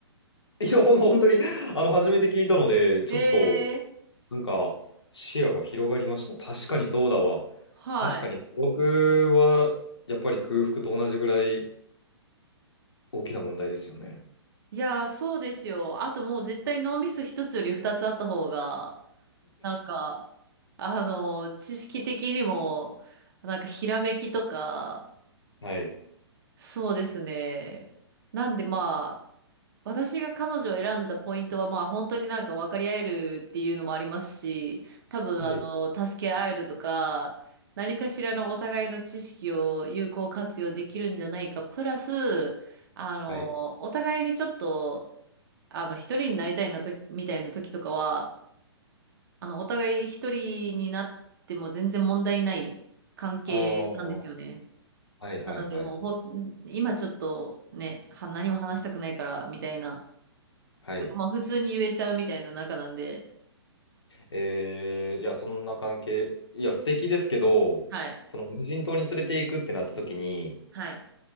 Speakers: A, on the left; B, on the right.
A: いや、ほん、本当に、あの、初めて聞いたので、ちょっと、
B: へえ。
A: なんか、視野が広がりました。確かにそうだわ。
B: はい。
A: 確かに孤独は、やっぱり空腹と同じぐらい大きな問題ですよね。
B: いや、そうですよ。あともう絶対脳みそ一つより二つあった方が。なんか、あの、知識的にも、なんかひらめきとか、
A: はい。
B: そうですね。なんでまあ、私が彼女を選んだポイントはまあ本当になんか分かり合えるっていうのもありますし、多分あの、
A: はい。
B: 助け合えるとか、何かしらのお互いの知識を有効活用できるんじゃないか。プラス、あの、
A: はい。
B: お互いにちょっと、あの、一人になりたいなと、みたいな時とかは、あの、お互い一人になっても全然問題ない関係なんですよね。
A: ああ、はいはいはいはい。
B: なので、もうほ、今ちょっとね、は、何も話したくないから、みたいな。
A: はい。
B: とか、もう普通に言えちゃうみたいな仲なんで。
A: えー、いや、そんな関係、いや、素敵ですけど、
B: はい。
A: その無人島に連れて行くってなった時に、
B: はい。